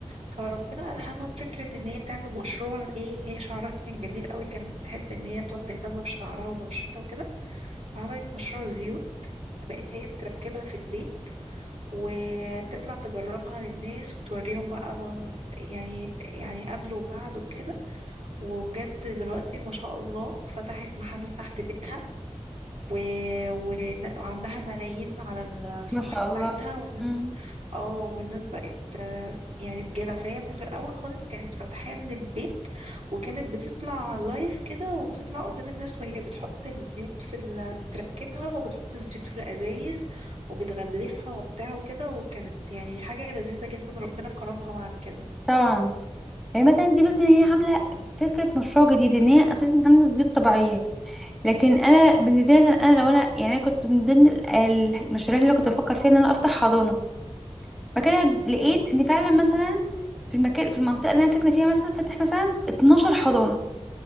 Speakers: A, on the right (about 65°); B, in the centre.
A: فربنا ألهمها بفكرة ان هي تعمل مشروع ايه هي شعرها كان جميل قوي كانت بتحب ان هي تقعد تهتم بشعرها وبشرتها وكده فعملت مشروع زيوت بقت هي بتركبها في البيت وتطلع تجربها للناس وتوريهم بقى ب- يعني يعني قبل وبعد وكده وبجد دلوقتي ما شاء الله فتحت محل تحت بيتها و... ون- وعندها ملايين على الصفحة
B: ما شاء الله
A: بتاعتها
B: مم.
A: اه والناس بقت آه، يعني تجيلها فهي في الاول خالص كانت فاتحاه من البيت وكانت بتطلع لايف كده وتطلع قدام الناس وهي بتحط الزيوت في ال... بتركبها وبتحط الزيوت في الازايز وبتغلفها وبتاع وكده وكانت يعني حاجه لذيذه جدا ربنا كرمها بعد كده
B: طبعا يعني مثلا دي بس ان هي عامله فكره مشروع جديد ان هي اساسا عامله بيوت طبيعيه لكن انا بالنسبه لي مثلاً انا لو انا يعني انا كنت من ضمن ال- المشاريع اللي أنا كنت بفكر فيها ان انا افتح حضانه فكده لقيت
A: مم.
B: ان فعلا مثلا في المكان في المنطقه اللي انا ساكنه فيها مثلا فاتح مثلا 12 حضانه